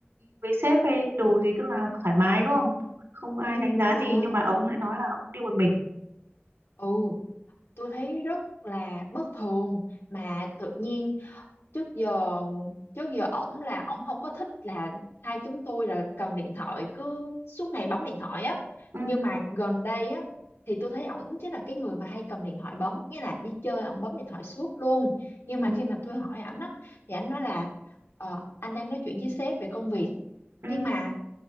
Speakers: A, on the right; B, on the left.
A: với sếp hay đồ gì tức là thoải mái đúng không? Không ai
B: ừ
A: đánh giá
B: đúng rồi
A: gì nhưng mà ông lại nói là ông đi một mình.
B: ừ tôi thấy rất là bất thường mà tự nhiên trước giờ trước giờ ổng là ổng không có thích là hai chúng tôi là cầm điện thoại cứ suốt ngày bấm điện thoại á
A: Ừ,
B: nhưng mà gần đây á thì tôi thấy ổng chính là cái người mà hay cầm điện thoại bấm nghĩa là đi chơi ổng bấm điện thoại suốt luôn nhưng
A: ừ,
B: mà khi mà tôi hỏi ảnh á thì ảnh nói là ờ, anh đang nói chuyện với sếp về công việc
A: ừ,
B: nhưng mà